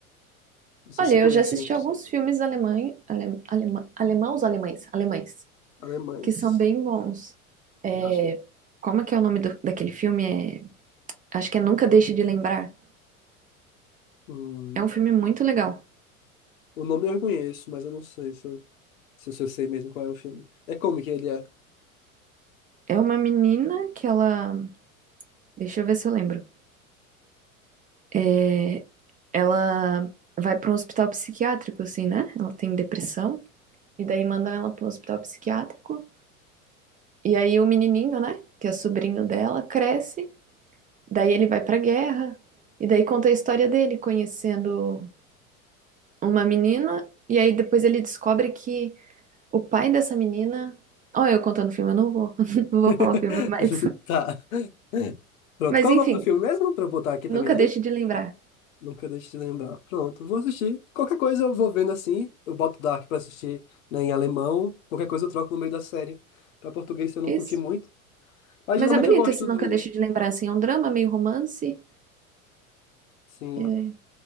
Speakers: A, on the left; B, on the right.
A: Não sei
B: Olha,
A: se você
B: eu
A: conhece
B: já assisti
A: outros
B: alguns filmes alemães, alemãos, alemães, alemães,
A: alemães.
B: que são bem bons. É,
A: Eu acho que é.
B: como é que é o nome do- daquele filme? É, acho que é Nunca Deixe de Lembrar.
A: Hum,
B: É um filme muito legal.
A: o nome eu reconheço, mas eu não sei se eu, se eu sei mesmo qual é o filme. É como que ele é.
B: É uma menina que ela, deixa eu ver se eu lembro. É, ela vai para um hospital psiquiátrico, assim, né? Ela tem depressão e daí mandam ela para um hospital psiquiátrico. E aí o menininho, né? Que é sobrinho dela, cresce. Daí ele vai pra guerra e daí conta a história dele conhecendo uma menina e aí depois ele descobre que o pai dessa menina, ó, eu contando o filme, eu não vou, <laughs> não vou falar
A: <laughs>
B: o filme, mas
A: Tá. <laughs> É. Pronto,
B: mas
A: qual
B: enfim,
A: é o nome do filme mesmo? Pra eu botar aqui também
B: nunca
A: na
B: deixe
A: lista?
B: de lembrar.
A: Nunca deixe de lembrar. Pronto, vou assistir. Qualquer coisa eu vou vendo assim. Eu boto Dark pra assistir, né, em alemão. Qualquer coisa eu troco no meio da série. Pra português se eu não
B: Isso.
A: curti muito. Mas
B: Mas
A: geralmente
B: é bonito
A: eu gosto
B: esse
A: de.
B: Nunca Deixe de Lembrar, assim, é um drama meio romance,
A: Sim.
B: é,